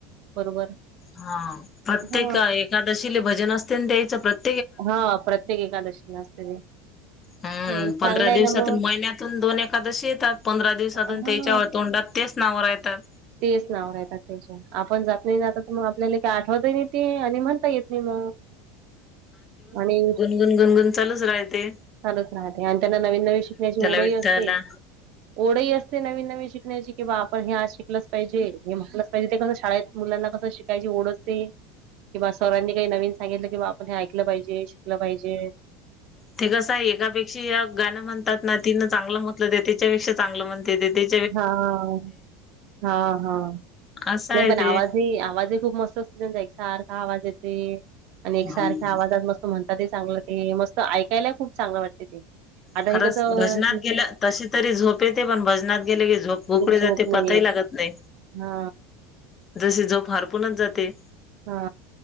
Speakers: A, on the right; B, on the left.
A: बरोबर.
B: हा प्रत्येक
A: हा
B: एकादशीले भजन असते ना त्याईच प्रत
A: हा प्रत्येक एकादशीला असते ते.
B: हम्म
A: हं,
B: पंधरा
A: चांगलं आहे
B: दिवसातून,
A: ना मग
B: महिन्यातून दोन एखकादशी येतात. पंधरा दिवसातून
A: हा
B: त्याच्या तोंडात तेच नाव रायतात.
A: तेच नाव रायतात त्याच्या. आपण जात नाही त आता कुण आपल्याले काही आठवत ही नाही. ते आणि म्हणता येत नाही म, आणि
B: गन गन गन चालूच रायते.
A: चालूच राहाते. आणि त्यांना नवीन नवीन शिकण्याची ओढही
B: विठ्ठला
A: असते. ओढही असते नवीन नवीन शिकण्याची कि बा आपण हे आज शिकलंच पाहिजे. हे म्हटलं म्हणजे ते कसं शाळेत मुलांना कसं शिकायची ओढ असते कि बा सरांनी काही नवीन सांगितलं कि बा आपण हे ऐकलं पाहिजे, शिकलं पाहिजे.
B: ते कसं आहे एकापेक्षा एक गाण म्हणतात ना, तिनं चांगलं म्हटलं ते तीच्यापेक्षा चांगलं म्हणते ते ती
A: हा हा हा हा
B: असं आहे
A: नाही पण
B: ते.
A: आवाजही, आवाजही खूप मस्त असत <unintelligible> एक सारखा आवाज येते आणि एक सारख्या
B: हम्म.
A: आवाजात मस्त म्हणतात ही चांगलं ते मस्त ऐकायलाही खूप चांगलं वाटते ते. आता
B: खरंच
A: हे कसं
B: भजनात गेलं तशी तरी झोपे ते पण भज नात गेले की झोप, भूक कुठे जाते
A: झोप नाही
B: पता
A: येत
B: ही लागत नाही.
A: हा
B: जशी झोप हारपूनच जाते.
A: हा